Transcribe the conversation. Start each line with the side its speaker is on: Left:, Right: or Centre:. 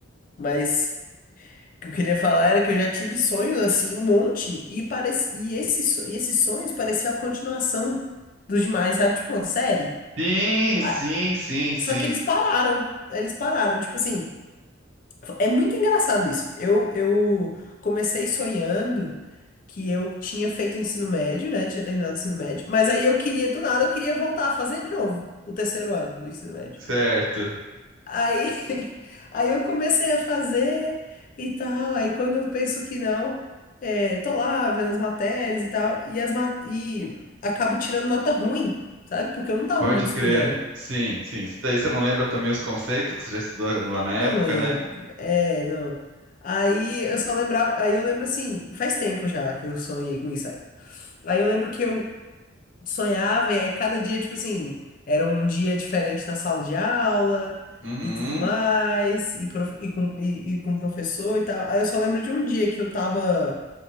Left: mas. O que eu queria falar era que eu já tive sonhos assim, um monte, e parece e, esses so- e esses sonhos pareciam a continuação dos demais, sabe? Tipo uma série.
Right: Sim,
Left: Ah,
Right: sim, sim, sim,
Left: Só que eles pararam. Eles pararam. Tipo assim, é muito engraçado isso. Eu, eu comecei sonhando que eu tinha feito ensino médio, né? Tinha terminado o ensino médio. Mas aí eu queria, do nada, eu queria voltar a fazer de novo o terceiro ano do ensino médio.
Right: certo,
Left: Aí, <laughs> aí eu comecei a fazer e tal. Aí quando eu penso que não, é, tô lá vendo as matérias e tal, e, as ma- e acabo tirando nota ruim, sabe? Porque eu não tava
Right: pode
Left: muito
Right: crer.
Left: estudando.
Right: Sim, sim. Isso daí você não lembra também os conceitos que você já estudou lá na
Left: Não
Right: época,
Left: lembro.
Right: né?
Left: É, não. Aí eu só lembrava. Aí eu lembro assim, faz tempo já que eu sonhei com isso aí. Aí eu lembro que eu sonhava, e aí cada dia, tipo assim, era um dia diferente na sala de aula
Right: Uhum,
Left: e tudo mais, e, prof- e, com, e, e com o professor e tal. Aí eu só lembro de um dia que eu tava